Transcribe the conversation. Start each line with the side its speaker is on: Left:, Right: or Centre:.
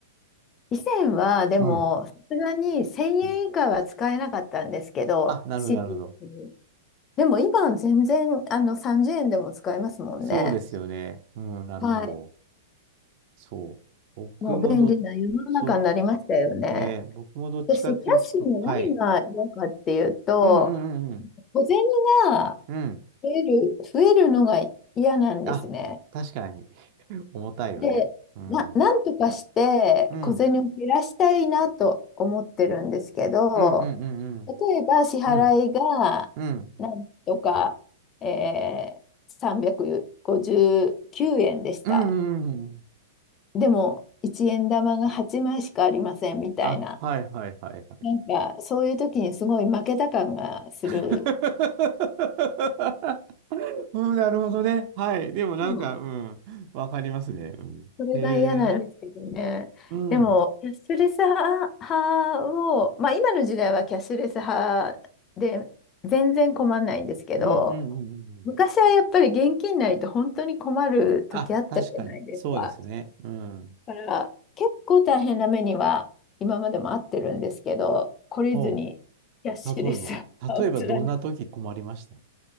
Left: 以前は、でも、
Right: うん。
Left: さすがに1000円以下は使えなかったんですけど、
Right: うんあ、なるほど、
Left: 心理的に。
Right: なるほど。
Left: でも今は全然、あの、30円でも使えますもんね。
Right: そうですよね。うん、なるほど。
Left: はい。
Right: そう。僕もど、
Left: もう便利な世の中になりましたよね。
Right: そう、ね、僕もどっちかっていうと、
Left: 私、キャッシュの何が嫌かっていうと、
Right: はい。うんうんうんうん。
Left: 小銭が
Right: うん。
Left: 増える、増えるのが嫌なんですね。
Right: あ、確かに。<laughs> 重たいよね。
Left: で、
Right: うん。
Left: な、なんとかして小銭を減らしたいなと思ってるんですけど、
Right: うん。うんうんうんうん。
Left: 例えば支払いがなんとか、
Right: うん、うん、
Left: えー、359円でした。
Right: うん、うんうん。
Left: でも、1円玉が8枚しかありませんみたいな。
Right: あ、はいはいはいはい。
Left: なんか、そういう時にすごい負けた感がする。
Right: <laughs> うん、なるほどね。はい。でもなんか、
Left: でも
Right: うん、わかりますね。うん、
Left: それが嫌なんですけどね。
Right: へえ、うん、
Left: でも、
Right: うん、
Left: キャッシュレス派を、まあ今の時代はキャッシュレス派で全然困んないんですけど、
Right: うん、うん。うん
Left: 昔はやっぱり現金ないと本当に困る時あったじゃないですか。
Right: あ、確かに、そうですね。うん。
Left: だから結構大変な目には今までもあってるんですけど、懲りずにキャッシュレスを貫いて。
Right: そう。例えば、例えばどんな時困りました